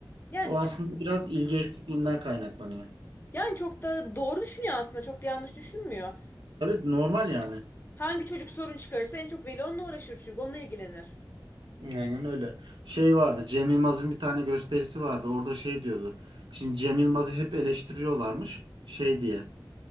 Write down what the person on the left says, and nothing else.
Yani
çok
yani çok da doğru düşünüyor aslında. Çok da yanlış düşünmüyor.
Hangi çocuk sorun çıkarırsa en çok veli onunla uğraşır çünkü onunla ilgilenir.